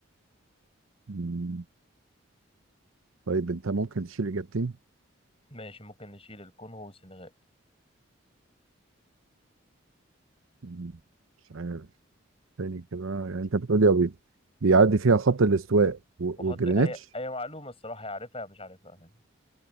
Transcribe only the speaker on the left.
ماشي ممكن نشيل الكونغو والسنغال
وحط
هي هي معلومة الصراحة يعرفها يا مش عارفها يعني